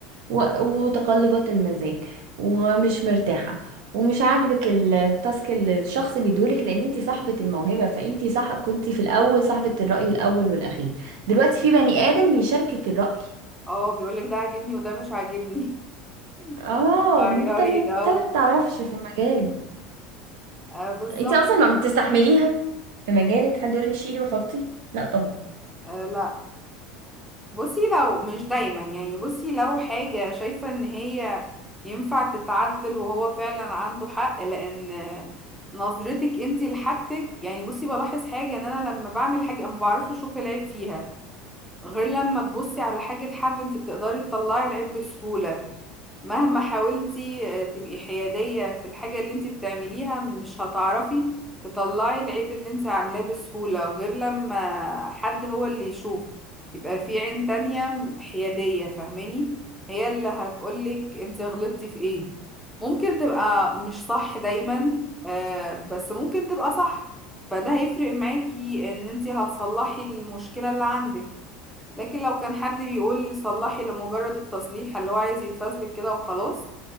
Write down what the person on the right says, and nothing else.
و... وتقلبات المزاج ومش مرتاحه ومش عاجبك التاسك اللي الشخص بيدولك لان انت صاحبه الموهبه فانت صح كنت في الاول صاحبه الراي الاول والاخير دلوقتي في بني ادم بيشاركك الراي
اه
انت انت
ما تعرفش في المجال
انت اصلا ما بتستحمليها في
مجالك حد يقولك شيلي وحطي لا طبعا